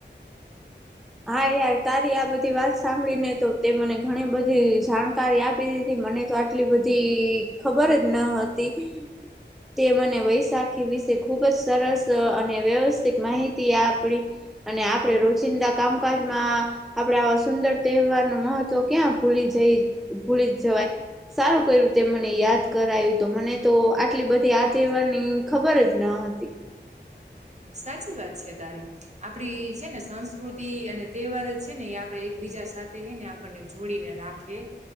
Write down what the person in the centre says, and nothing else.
હા યાર તારી આ બધી વાત સાંભળી ને તો તે મને ઘણી બધી જાણકારી આપી દીધી મને તો આટલી બધી ખબર જ ન હતી. તે મને વૈશાખી વિશે ખૂબ જ સરસ અને વ્યવસ્થિત માહિતી આપણી. અને આપડે રોજિંદા કામકાજમાં આપડે આવા સુંદર તહેવાર નું મહત્વ ક્યાં ભૂલી જઈ ભૂલી જવાય સારું કર્યું તે મને દ યાદ કરાયું તો મને તો આટલી બધી આ તહેવાર ની ખબર જ ન હતી.